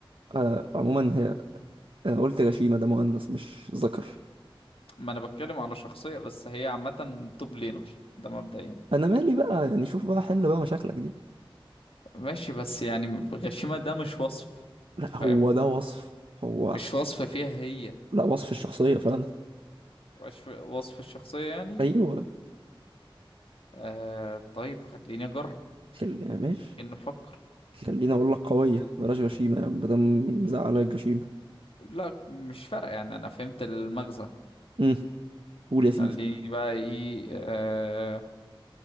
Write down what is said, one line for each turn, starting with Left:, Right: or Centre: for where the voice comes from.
Right: آه عموما هي انا قلت غشيمة ده مؤنث مش ذكر
Left: ما انا بتكلم على شخصية بس هي عامة توب لينر ده مبدئيا
Right: انا مالي بقى يعني شوف بقى حل بقى مشاكلك دي
Left: ماشي بس يعني غشيمة ده مش وصف
Right: لا
Left: أنت
Right: هو
Left: فاهم
Right: ده وصف هو
Left: مش وصف فيها هي
Right: لا وصف الشخصية فعلا
Left: وصف وصف الشخصية يعني
Right: ايوه
Left: آه طيب خليني اجرب
Right: خل يعني، ماشي
Left: ان نفكر
Right: خليني اقول لك قويه بلاش غشيمه يعني بدل مزعلك الجشيمه
Left: لا مش فارقه يعني انا فهمت المغزى
Right: امم قول يا سيدي
Left: خليني بقى ايه آه